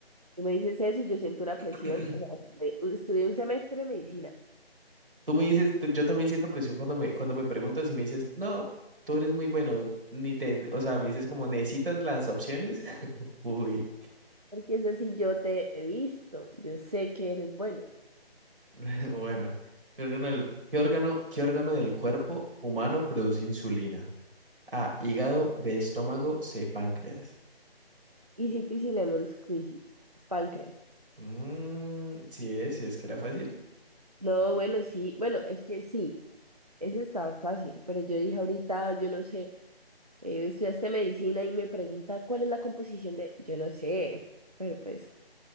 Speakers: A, on the right; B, on the right.
A: Tú me dices eso y yo siento una presión.
B: <clears throat>
A: O sea, estudié, estudié un semestre de medicina,
B: Tú me dices, t- yo también siento presión cuando me, cuando me preguntas y me dices, no, tú eres muy bueno, ni te, o sea, me dices como, ¿necesitas las opciones? <laughs> Uy,
A: porque eso sí yo te he visto, yo sé que eres bueno.
B: <laughs> bueno, ¿qué órgano, del- qué órgano, qué órgano del cuerpo humano produce insulina? A, hígado, B, estómago, C, páncreas.
A: Easy peasy lemon squeezy, páncreas.
B: Mm, sí es, sí es que era fácil.
A: No, bueno, sí, bueno, es que sí, ese estaba fácil, pero yo dije ahorita, yo no sé, eh, estudiaste medicina y me pregunta cuál es la composición de, yo no sé, pero pues,